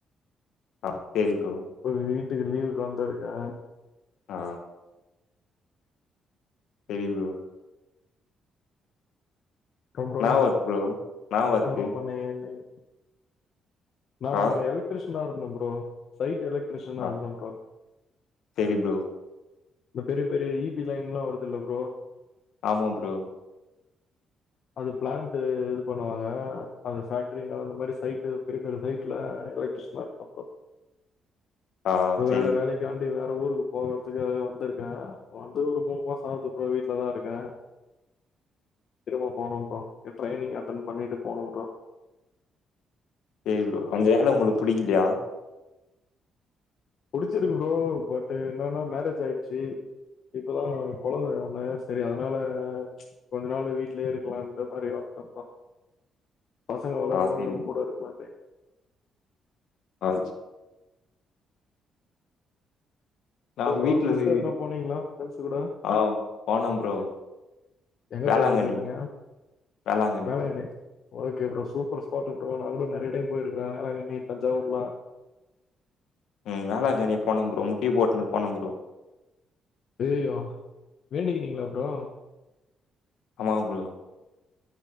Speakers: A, on the left; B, on the left.
A: ஆ சேரி ப்ரோ
B: இப்ப வீட்டுக்கு லீவுக்கு வந்துருக்கேன்
A: ஆ தெரியும் ப்ரோ
B: கம் ப்ரோ
A: என்னா
B: என்ன
A: ஒர்க் ப்ரோ என்னா ஒர்க்கு
B: ப்ரோ பண்ணிங்க நிங் நானு
A: ஆ
B: அங்க எலக்ட்ரிஷனா இருந்தோம் ப்ரோ சைட் எலக்ட்ரிஷனா
A: ஆ
B: இருந்தோம்ப்பா
A: சேரி ப்ரோ
B: இந்த பெரிய பெரிய இ பி லைன் எல்லா வருதுல ப்ரோ
A: ஆமா ப்ரோ
B: அது பிளான்ட் இது பண்ணுவாங்க அது ஃபேக்டரிங்க அந்த மாரி சைட்டு பெரிய பெரிய சைட்ல எல்ல க்ட்ரியன் இருப்ப
A: ஆ சேரி
B: வேற வேலை க்காண்டி வேற ஊருக்கு போகறதுக்காக வந்திருக்கே வந்து ஒரு மூணு மாசம் ஆகுது ப்ரோ வீட்டுல தா இருக்க திரும்பவும் போவனும் ப்ரோ இப் ட்ரரைனிங் அட்டன் பண்ணிட்டு போவனும் ப்ரோ
A: சேரி ப்ரோ அந்த வேல உங்களுக்கு புடிக்கலையா
B: புடிச்சிருக்கு ப்ரோ பட் என்னன்னா மேரேஜ் ஆயிடுச்சு இப்பதா குழந்த ஒண்ணு சேரி அதனால கொஞ்ச நாள் வீட்லயே இருக்கலா இந்த மாரி வந்ததோம்ப்பா பசங்க வளரும்போது
A: ஆ சேரி
B: நம்ம கூட இருக்கலா இலைங்
A: ஆஞ்
B: அப்போ
A: நா
B: ப்ரோ
A: வீட்ல
B: ட்ரிப்
A: போய்
B: எதனா போனீங்களா ஃப்ரெண்ஸ் கூட
A: ஆ போனே ப்ரோ
B: எங்க
A: வேளாங்கண்ணி
B: ப்ரோ போயிட்ட வந்தீங்க
A: வேளாங்கண்ணி.
B: வேல என்னை okay bro super spot bro நா கூட நிறைய டைம் போயிருக்கேன் வேலங்கண்ணி தஞ்சாவூர்லா
A: உம் வேளாங்கண்ணி போன ப்ரோ முட்டி போட்டுன்னு போன ப்ரோ
B: அய்யயோ வேண்டிக்கினீங்களா‌ ப்ரோ
A: ஆமா ப்ரோ